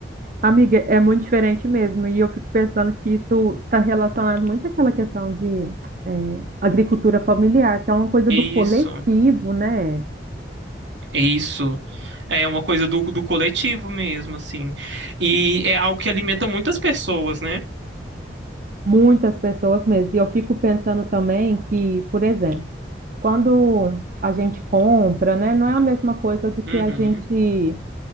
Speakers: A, on the right; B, on the right.
A: Amiga, é muito diferente mesmo, e eu fico pensando que isso está relacionado muito àquela questão de eh, agricultura familiar, que é uma coisa
B: Isso,
A: do coletivo, né?
B: isso. É uma coisa do, do coletivo mesmo, assim. E é algo que alimenta muitas pessoas, né?
A: Muitas pessoas mesmo. E eu fico pensando também que, por exemplo, quando a gente compra, né, não é a mesma coisa do que
B: Uhum.
A: a gente